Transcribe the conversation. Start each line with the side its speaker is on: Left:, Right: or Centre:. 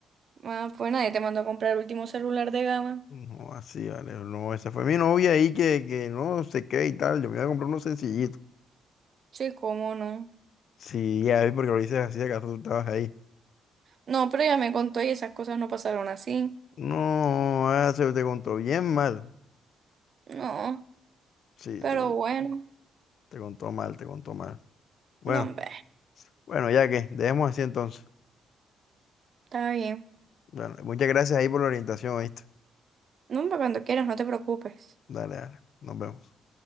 Right: Ah, pues nadie te mandó a comprar el último celular de gama.
Left: No, así, vale, no, esa fue mi novia ahí que, que no sé qué y tal, yo me iba a comprar uno sencillito.
Right: Sí, cómo no.
Left: Sí, ya vi porque lo dices así, acaso tú estabas ahí.
Right: No, pero ya me contó y esas cosas no pasaron así.
Left: No, ah, se te contó bien mal.
Right: No.
Left: Sí,
Right: Pero
Left: te contó.
Right: bueno,
Left: Te contó mal, te contó mal. Bueno,
Right: no, hombre,
Left: bueno, ya que, dejemos así entonces.
Right: está bien.
Left: Bueno, muchas gracias ahí por la orientación, ¿viste?
Right: No, hombre, cuando quieras, no te preocupes.
Left: Dale, dale. Nos vemos.